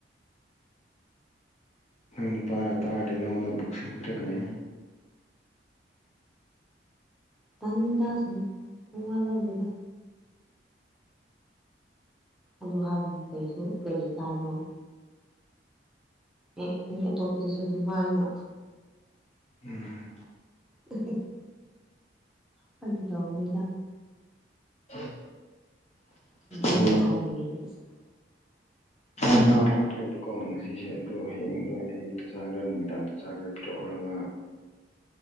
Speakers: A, on the left; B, in the centre.
A: ꯅꯪꯨ ꯄꯥꯔꯥ ꯇꯥꯗꯦꯅꯎꯗ ꯕꯨꯛꯁꯤꯡ ꯄꯤꯔꯛꯅꯦ
B: ꯇꯥꯅꯤꯡ ꯇꯁꯤꯅ ꯅꯉꯜ ꯂꯧꯗꯨꯦꯗ ꯑꯗꯨ ꯍꯥꯏꯕ ꯀꯔꯤꯁꯨ ꯀꯔꯤ ꯀꯥꯏꯕꯅꯣ ꯑꯦ ꯃꯤ ꯑꯇꯣꯞꯄꯗꯁꯨ ꯑꯗꯨꯝ ꯍꯥꯏꯅ
A: ꯎꯝ
B: ꯎ <inaudible> ꯐꯪꯒꯤ ꯇꯧꯈ꯭ꯔꯅꯤꯗ
A: ꯎ <inaudible>
B: ꯑꯗꯨꯃꯥꯏꯅ
A: ꯑꯗꯣ
B: ꯍꯥꯏꯕꯤꯔꯗꯤ <unintelligible>
A: ꯉꯥ ꯐꯥꯔꯛꯄꯅꯦꯕꯀꯣ ꯉꯁꯤꯁꯦ ꯑꯗꯣ ꯍꯌꯦꯡ ꯅꯣꯏ ꯑꯌꯨꯛꯇ ꯆꯥꯈ꯭ꯔꯥ ꯅꯨꯃꯤꯗꯥꯡꯗ ꯆꯥꯒ꯭ꯔꯥ ꯄꯤꯔꯛꯎꯔꯒꯥ